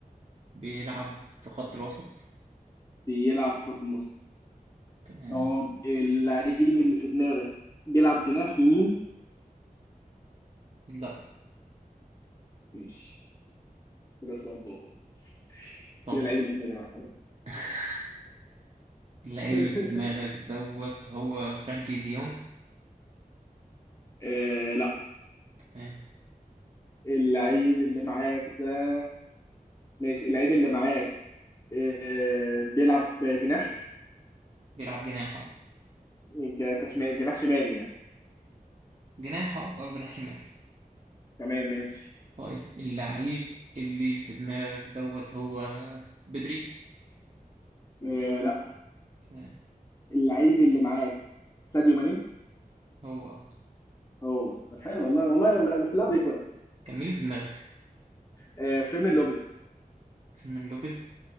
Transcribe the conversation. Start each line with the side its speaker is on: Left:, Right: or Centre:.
Right: بيلعب في خط الوسط
Left: بيلعب في خط النص
Right: تمام
Left: طب اللعيب اللي في دماغك بيلعب جناح يمين
Right: لا
Left: ماشي كده سؤال بص
Right: طب
Left: كده اللعيب اللي في دماغي راح خلاص
Right: <laughs> اللاعب
Left: <laughs>
Right: اللي في دماغك دوت هو فرانكي دي يونج
Left: آه لا
Right: تمام
Left: اللعيب اللي معاك ده ماشي اللعيب اللي معاك آه بيلعب جناح
Right: بيلعب جناح اه
Left: يعني ك- كشمال جناح شمال يعني
Right: جناح اه أو جناح شمال
Left: تمام ماشي
Right: طيب اللاعب اللي في دماغك دوت هو بدري
Left: آه،
Right: تمام
Left: اللعيب اللي معاك ساديو ماني
Right: هو آه.
Left: هو طب حلو والله والله لا- في اللعبه دي كويس
Right: كان مين اللي في دماغك
Left: آه فيرمين لوبيز
Right: فيرمين لوبيز